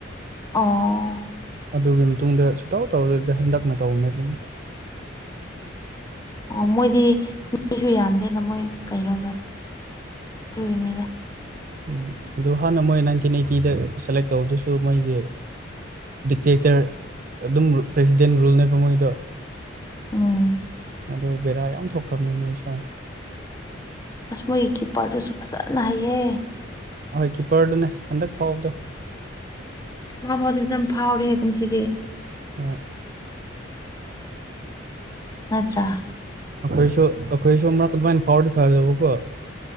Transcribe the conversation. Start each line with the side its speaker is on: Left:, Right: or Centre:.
Left: ꯑꯣ
Right: ꯑꯗꯨꯒꯤ ꯃꯇꯨꯡꯗ ꯁꯨꯇꯥꯎ ꯇꯧꯗꯗꯤ ꯍꯟꯗꯛꯅ ꯇꯧꯕꯅꯦꯕ
Left: ꯑꯣ ꯃꯣꯏꯗꯤ ꯃꯤꯁꯨ ꯌꯥꯝꯗꯦꯅ ꯃꯣꯏ ꯀꯩꯅꯣꯗꯣ ꯑꯗꯨꯒꯤꯅꯤꯗ
Right: ꯎꯝ ꯑꯗꯨ ꯍꯥꯟꯅ ꯃꯣꯏ ꯅꯥꯏꯟꯇꯤꯟ ꯑꯩꯠꯇꯤꯗ ꯁꯦꯂꯦꯛ ꯇꯧꯕꯗꯨꯁꯨ ꯃꯣꯏꯒꯤ ꯗꯤꯛꯇꯦꯛꯇꯔ ꯑꯗꯨꯝ ꯄ꯭ꯔꯦꯁꯤꯗꯦꯟ ꯔꯨꯜꯅꯦꯕ ꯃꯣꯏꯗ
Left: ꯎꯝ
Right: ꯑꯗꯨ ꯕꯦꯔꯥ ꯌꯥꯝ ꯊꯣꯛꯈ꯭ꯔꯕꯅꯦ ꯃꯣꯏꯁꯨ
Left: ꯑꯁ ꯃꯣꯏ ꯀꯤꯄꯔꯔꯁꯨ ꯐꯖꯜꯅ ꯍꯥꯏꯌꯦ
Right: ꯑꯣꯏ ꯀꯤꯞꯄꯔꯗꯨꯅꯦ ꯍꯟꯗꯛ ꯐꯥꯎꯕꯗꯣ
Left: ꯃꯥ ꯐꯥꯎꯗꯕꯁꯨ ꯌꯥꯝ ꯐꯥꯎꯔꯦꯀꯨꯝ ꯁꯤꯗꯤ
Right: ꯍꯣꯏ
Left: ꯅꯠꯇ꯭ꯔ
Right: ꯑꯩꯈꯣꯏꯁꯨ ꯑꯩꯈꯣꯏꯁꯨ ꯑꯃꯛ ꯀ ꯑꯗꯨꯃꯥꯏꯅ ꯐꯥꯎꯗꯤ ꯐꯥꯗꯧꯕ ꯀꯣ